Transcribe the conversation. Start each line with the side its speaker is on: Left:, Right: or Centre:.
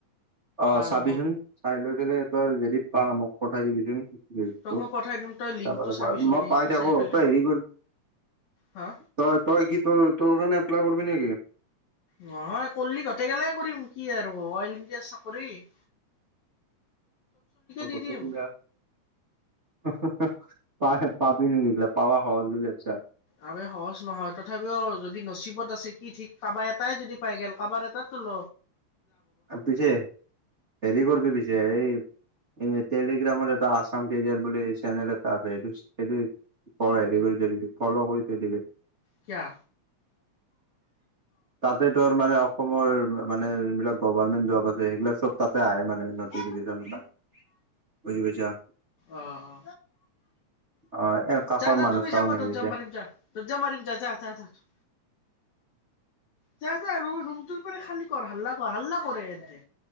Right: অ
Left: আৰু
Right: চাবিচোন। চাই লৈ পেলাই তই যদি পাৱ মোক পঠাই দিবিচোন? ৰিলছটো
Left: তোক মই পঠাই দিম তই লিংকটো
Right: চাব লাগিব
Left: চাবিচোন
Right: মই
Left: লিংকটো
Right: পাই থাকো,
Left: চাই পেলাই
Right: ত হেৰি কৰি
Left: হা
Right: তই তই কি তোৰ তোৰে এপ্লাই কৰিবি নেকি?
Left: নহয় কলি গোটেই গেলাই কৰিম কি আৰু অইল ইণ্ডিয়া চাকৰি। <inaudible>
Right: আৰু
Left: দি
Right: কথ
Left: দিম
Right: প যা <unintelligible> প পাবি সেইবিলাক পাৱা সহজ‌‌ বুলি ভাবিছ,
Left: আ সহজ নহয় তথাপিও যদি নচিবত আছে কি ঠিক কাৰোবাৰ এটাই যদি পাই গল কাৰোবাৰ এটাত তল
Right: পিছে হেৰি কৰিবি পিছে এই এই তেল- গ্ৰামৰ এটা আছাম কেৰিয়াৰ বুলি চেনেল এটা আছে সেইটো সেইটো ক হেৰি কৰিথৈ দিবি। ফলৌ কৰি থৈ দিবি।
Left: কিয়া।
Right: তাতে তৰ মানে অসমৰ- মানে যোনবিলাক গভাৰমেন্ট জব আছে সেইবিলাক চব তাতে আহে মানে নটিফিকেশচন
Left: অ
Right: বা- বুজি পাইছা।
Left: অ অ।
Right: অ এ কাষৰ
Left: যা যা
Right: মানুহ
Left: তুমি
Right: চাউন
Left: যা
Right: আহি
Left: ত জাপ
Right: আছে
Left: মাৰিম যা তত জাপ মাৰিম যা যা যা যা। <unintelligible> যা যা ৰু ৰুমটোৰ পৰা খালী কৰ হাল্লা কৰ হাল্লা কৰে এহতে।